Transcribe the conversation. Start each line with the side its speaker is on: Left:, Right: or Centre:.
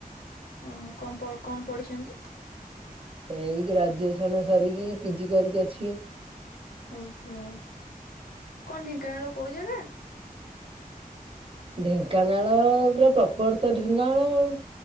Left: ଓହ କଣ କଣ ପଡ଼ିଛନ୍ତି?
Right: ଏଇ ଗ୍ରାଜୁଏସନ୍ ସରିକି ପି ଜି କରିକି ଅଛି।
Left: ଓହୋ କଣ ଢେଙ୍କାନାଳ କୋଉ ଜାଗା?
Right: ଢେଙ୍କାନାଳ ପୁରା ପ୍ରପର ତ ଢେଙ୍କାନାଳ ଆଉ।